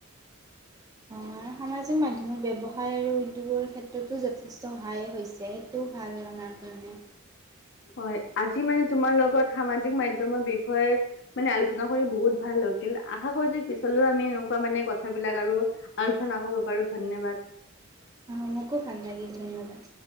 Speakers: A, on the left; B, on the right.
A: <unintelligible>
B: অ' সামাজিক মাধ্যমত ব্যৱসায় আৰু উদ্যোগৰ ক্ষেত্ৰতো যথেষ্ট সহায় হৈছে। সেইটো ভাল আমাৰ কাৰণে
A: হয়, আজি মানে তোমাৰ লগত সামাজিক মাধ্যমৰ বিষয়ে মানে আলোচনা কৰি বহুত ভাল তুমি আশা কৰিছো পিছলৈও আমি এনেকুৱা মানে কথাবিলাক আৰু আলোচনা কৰিব পাৰো ধন্যবাদ। <unintelligible>
B: অ' মোকো ভাল লাগিল, ধন্যবাদ।